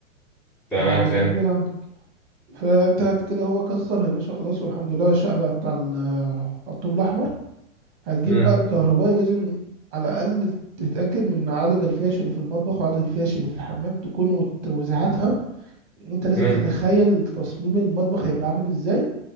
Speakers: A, in the centre; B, on the right (about 45°).
A: تمام
B: عن
A: فهمت
B: اللي موجود عندك فانت هت- كده هو كسر يا باشا خلاص والحمد لله الشقه بقت على ال- على الطوب الاحمر هتجيب
A: مم.
B: بقى الكهربائي لازم على الاقل تتاكد من عدد الفيش اللي في المطبخ وعدد الفيش اللي في الحمام تكون وت- وزعتها وانت لازم
A: مم.
B: تتخيل تصميم المطبخ هيبقى عامل ازاي